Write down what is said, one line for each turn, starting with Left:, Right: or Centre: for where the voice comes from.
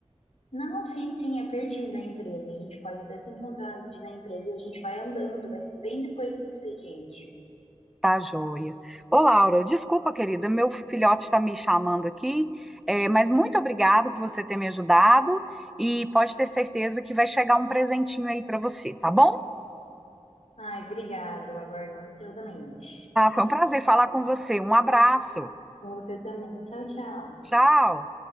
Left: Não, sim, sim, é pertinho da empresa. A gente pode até se encontrar na frente da empresa e a gente vai andando, vai ser bem depois do expediente.
Centre: Tá joia. Ô, Laura, desculpa, querida, meu filhote está me chamando aqui, é, mas muito obrigada por você ter me ajudado e pode ter certeza que vai chegar um presentinho aí para você, tá bom?
Left: Ai, obrigado, aguardo ansiosamente.
Centre: Tá, foi um prazer falar com você. Um abraço.
Left: Com você também. Tchau, tchau.
Centre: Tchau.